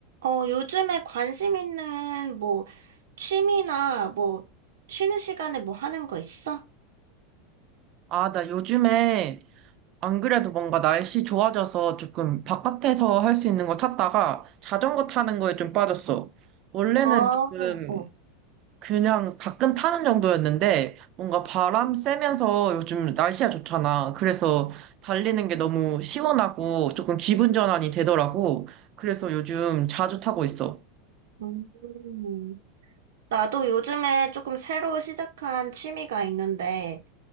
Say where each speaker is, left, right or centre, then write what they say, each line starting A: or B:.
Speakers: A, on the right; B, on the right.
A: 어, 요즘에 관심 있는 뭐 취미나 뭐 쉬는 시간에 뭐 하는 거 있어?
B: 아, 나 요즘에 안 그래도 뭔가 날씨 좋아져서 조금 바깥에서 할 수 있는 거 찾다가 자전거 타는 거에 좀 빠졌어. 원래는
A: 아,
B: 조금
A: 어.
B: 그냥 가끔 타는 정도였는데 뭔가 바람 쐬면서 요즘 날씨가 좋잖아. 그래서 달리는 게 너무 시원하고 조금 기분 전환이 되더라고. 그래서 요즘 자주 타고 있어.
A: 음. 나도 요즘에 조금 새로 시작한 취미가 있는데,